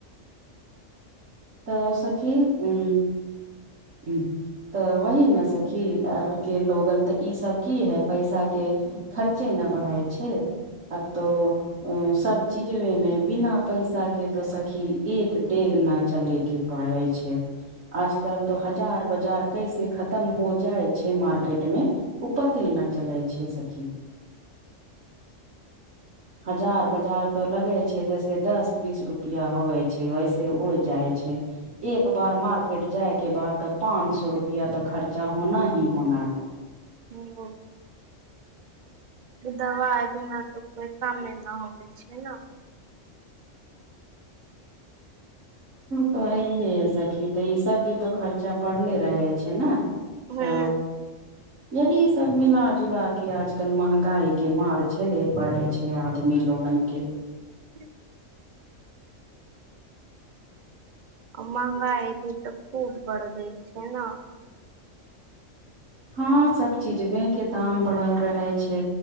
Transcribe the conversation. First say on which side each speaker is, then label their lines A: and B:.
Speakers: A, on the right; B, on the right.
A: तऽ सखी की हू <unintelligible> तऽ वही ने सखी आब के लोगन तऽ ई सब की है पैसा के खर्चे न बढ़ै छै आब तो सब चीजे मे बिना पैसा के तऽ सखी एक डेग न चले के पाबै छै आजकल त हजार बाजार कैसे खतम हो जाइ छै मार्केट मे उ प कते न चलै छै सखी हजार बजार तो लगे छै जस दस बीस रुपआ होवे छै वैसे उड़ जाइ छै एक बार मार्केट जायके के बाद तो पांच सो रुपआ तऽ खर्चा होना ही होना है
B: हू दबाइ बिना तऽ कोइ कमे नहि होबे छै
A: तऽ हैये ह सखी तऽ ई सब भी तो खर्चा बढ़ले रहे छै ने
B: हूं
A: तऽ यही सब मिलाजुला के आजकल महंगाई के मार झेले पड़े छै आदमी लोगन केँ
B: ह <unintelligible> ह महगाई भी तऽ खूब बढ़ गय छै ने
A: हँ सब चीजवे के दाम बढ़ल रहे छै